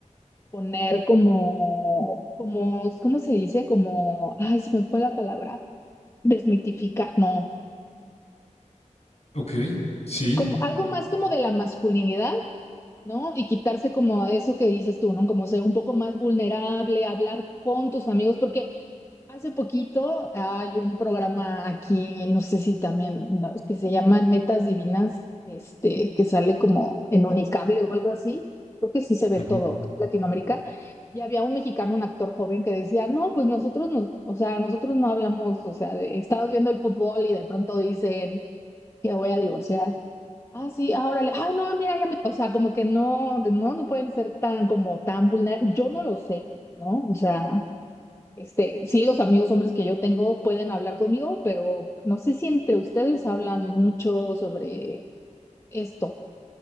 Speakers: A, on the left; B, on the left.
A: poner como, como, ¿cómo se dice? Como, ay, se me fue la palabra, desmitificar, no.
B: Ok, sí.
A: como algo más como de la masculinidad, ¿no? Y quitarse como eso que dices tú, ¿no? Como ser un poco más vulnerable, hablar con tus amigos, porque hace poquito hay un programa aquí, no sé si también, ¿no? que se llama Netas Divinas, este, que sale como en Unicable o algo así. Creo que sí se ve
B: Ujú.
A: todo Latinoamérica. Y había un mexicano, un actor joven, que decía, no, pues nosotros nos, o sea, nosotros no hablamos, o sea, de- estamos viendo el fútbol y de pronto dicen que voy a divorciar. Ah, sí, ahora le, ah, no, mira, ya me, o sea, como que no, no, no pueden ser tan, como tan vulnerables, yo no lo sé, ¿no? O sea, este, sí, los amigos hombres que yo tengo pueden hablar conmigo, pero no sé si entre ustedes hablan mucho sobre esto,